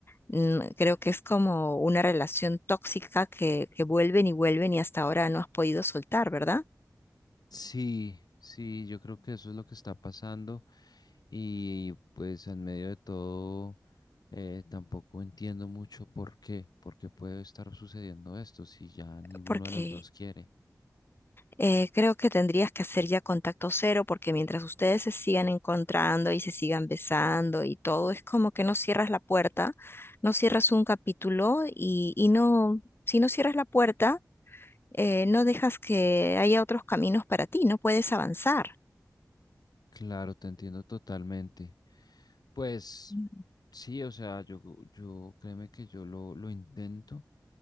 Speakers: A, on the left (about 35°); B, on the left (about 80°).
A: mm, creo que es como una relación tóxica que, que vuelven y vuelven y hasta ahora no has podido soltar, ¿verdad?
B: Sí, sí, yo creo que eso es lo que está pasando y pues en medio de todo eh, tampoco entiendo mucho por qué, por qué puede estar sucediendo esto si ya ninguno
A: Porque
B: de los dos quiere.
A: Eh, creo que tendrías que hacer ya contacto cero porque mientras ustedes se sigan encontrando y se sigan besando y todo, es como que no cierras la puerta, no cierras un capítulo y, y no, si no cierras la puerta, eh, no dejas que haya otros caminos para ti, no puedes avanzar.
B: Claro, te entiendo totalmente. Pues
A: Mm.
B: sí, o sea, yo, yo créeme que yo lo, lo intento